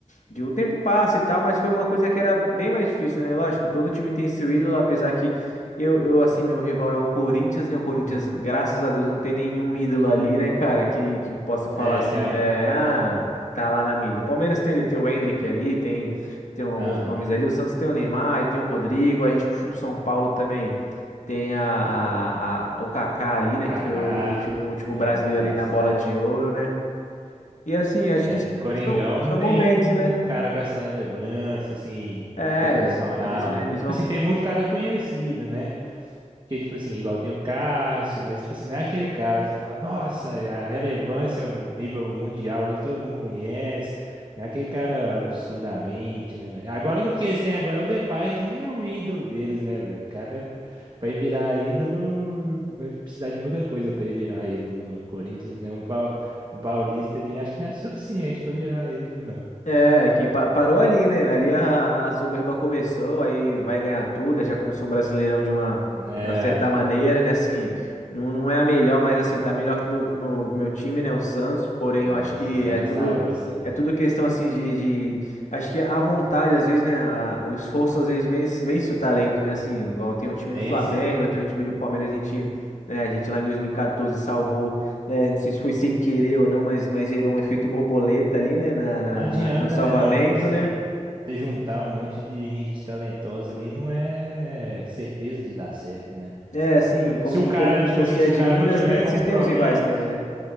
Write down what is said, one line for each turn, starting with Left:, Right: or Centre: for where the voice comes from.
Left: de o tempo passa e tal, mas foi uma coisa que era bem mais difícil, né? Lógico, todo time tem seu ídolo, apesar que eu, eu assim, meu rival é o Corinthians, né? O Corinthians, graças a Deus, não tem nenhum ídolo ali, né, cara, que, que possa falar
Right: É,
Left: assim,
Right: tinha.
Left: é, ah, tá lá na mídia. O Palmeiras tem ali, tem o Endrick ali, tem, tem alguns
Right: Aham.
Left: nomes ali, o Santos tem o Neymar, e tem o Rodrigo, a gente puxou pro São Paulo também. Tem a, a- a- o Kaká ali, né?
Right: Kaká.
Left: Que foi o último, o último
Right: Foi
Left: brasileiro
Right: muito embaçado.
Left: ali na bola de ouro, né? E assim, acho
Right: É,
Left: que
Right: o Coringão
Left: são,
Right: não
Left: são
Right: tem,
Left: momentos,
Right: tipo, um
Left: né?
Right: cara com essa relevância, assim,
Left: É,
Right: internacional,
Left: eles, eles
Right: não, né? Tipo
Left: vão.
Right: assim, tem muito cara conhecido, né? Porque, tipo assim, igual tem o Cássio, mas, tipo assim, não é aquele cara que você fala, nossa, e a relevância hum, nível mundial ali que todo mundo conhece. Não é aquele cara absurdamente, né, velho? Agora que o que eles têm agora é o Depay, que nem é um ídolo deles, né, velho? O cara, pra ele virar ídolo, vai precisar de muita coisa pra ele virar ídolo no Corinthians, né? Um, pau, um paulista ali, acho que não é suficiente pra virar ídolo, não.
Left: É, que pa- parou ali, né? Ali a, a soberba começou, aí vai ganhar tudo, aí já começou o Brasileirão de uma,
Right: Né?
Left: de uma certa maneira, né? Assim, não, não é a melhor, mas assim, tá melhor que meu, que meu, meu time, né? O Santos, porém
Right: Não,
Left: eu acho
Right: o
Left: que
Right: Santos
Left: é tudo.
Right: tá osso, hein?
Left: É tudo questão assim de, de- Acho que a vontade, às vezes, né? a- o esforço às vezes vence, vence o talento, né? Assim, igual tem o time
Right: Vence.
Left: do Flamengo, tem o time do Palmeiras, a gente, né, a gente lá em 2014 salvou. né? Não sei se foi sem querer ou não, mas, mas gerou um efeito borboleta ali, né? Na,
Right: Não
Left: na-
Right: adianta,
Left: no salvamento,
Right: né, mano? Tipo assim,
Left: né?
Right: você juntar um monte de gente talentosa ali não é certeza de dar certo, né?
Left: É, assim, como,
Right: Se o
Left: e
Right: cara,
Left: como
Right: tipo
Left: você
Right: assim, se
Left: é
Right: o
Left: de
Right: cara
Left: Minas,
Right: não tiver
Left: né?
Right: compromisso,
Left: Vocês têm os rivais também, né?